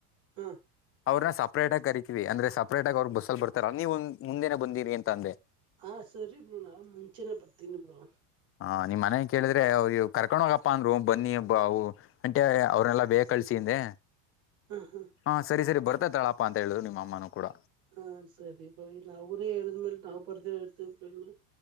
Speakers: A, on the right (about 65°); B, on the left (about 30°).
A: ಹ್ಮ
B: ಅವ್ರನ್ನ ಸಪ್ರೇಟ್ ಆಗಿ ಕರಿತೀವಿ ಅಂದ್ರೆ ಸಪ್ರೇಟಾಗಿ ಅವ್ರು ಬಸಗ ಬರ್ತಾರ ನೀವು ಒಂದ ಮುಂದೆನೆ ಬಂದೀರಿ ಅಂತ ಅಂದೆ.
A: ಹಾ ಸರಿ ಬ್ರೋ ನಾ ಮುಂಚೆನೆ ಬತೀನಿ ಬ್ರೋ.
B: ಹಾ ನಿಮ್ ಮನೆ ಕೇಳಿದ್ರೆ ಅವ್ ಯು ಕರ್ಕೊಂಡ ಹೋಗಪ್ಪಾ ಅಂದ್ರು ಬನ್ನಿ ಬಾವು ಅಂಟೆ ಅವ್ರನ್ನೆಲ್ಲಾ ಬೇಗ ಕಳ್ಸಿಂದೆ.
A: ಹ ಹ
B: ಹಾ ಸರಿ ಸರಿ ಬರ್ತತಾಳಪ್ಪ ಅಂತ ಹೇಳರು ನಿಮ್ಮ ಅಮ್ಮನೂ ಕೂಡ.
A: ಹಾ ಸರಿ ಬ್ರೋ ನಾವ್ರೇ ಹೇಳಿದ್ಮೇಲೆ ನಾವು ಬರ್ದೀವ ಇರ್ತೀವಿ <unintelligible>